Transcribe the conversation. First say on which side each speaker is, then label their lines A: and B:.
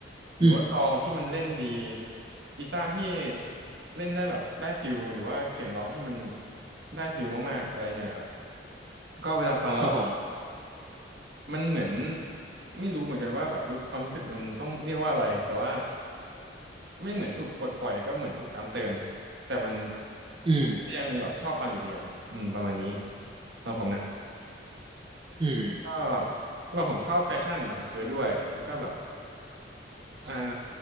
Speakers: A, on the right; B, on the right.
A: หรือว่ากลองที่มันเล่นดี
B: อืม
A: กีตาร์ที่เล่นได้แบบได้ฟิลหรือว่าเสียงร้องที่มันได้ฟิลมากๆอะไรเงี้ยครับก็เวลาฟังแล้ว
B: เท่าผม
A: มันเหมือนไม่รู้เหมือนกันว่าแบบรู้สึกความรู้สึกมันต้องเรียกว่าอะไรแต่ว่า ไม่เหมือนถูกปลดปล่อยก็เหมือนถูกซ้ำเติมแต่มัน
B: อืม
A: ก็ยังแบบชอบฟังอยู่ดีอะครับอืมประมาณนี้สำหรับผมนะ
B: อืม
A: ก็ว่าผมชอบแฟชั่นของเคิร์ดด้วยแล้วก็แบบ
B: เท่าผม
A: อ่า